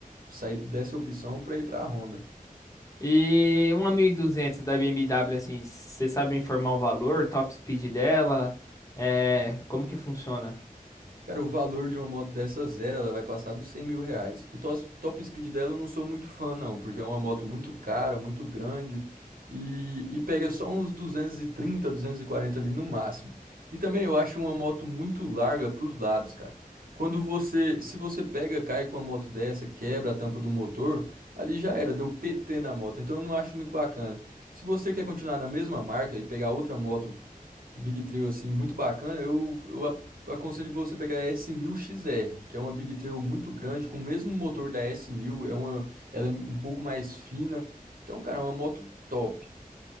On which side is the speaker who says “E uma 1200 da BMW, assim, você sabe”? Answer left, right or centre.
Left